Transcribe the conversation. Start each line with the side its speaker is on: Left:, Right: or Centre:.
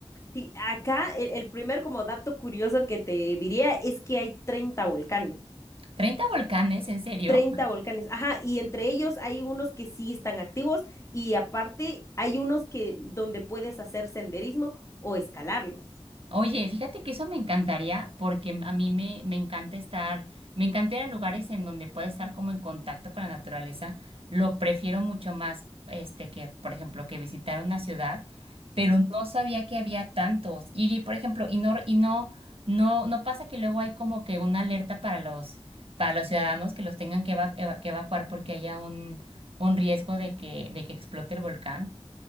Left: Sí, acá el, el primer como dato curioso que te diría es que hay 30 volcanes.
Right: Treinta volcanes? ¿En serio?
Left: 30 volcanes. Ajá, y entre ellos hay unos que sí están activos y aparte hay unos que donde puedes hacer senderismo o escalarlos.
Right: Oye, fíjate que eso me encantaría porque m- a mí me, me encanta estar, me encanta ir a lugares en donde puedo estar como en contacto con la naturaleza. Lo prefiero mucho más, este, que, por ejemplo, que visitar una ciudad, pero no sabía que había tantos. Y, y, por ejemplo, y no, y no, no, no pasa que luego hay como que una alerta para los, para los ciudadanos que los tengan que, eva- eva- que evacuar porque haya un, un riesgo de que, de que explote el volcán.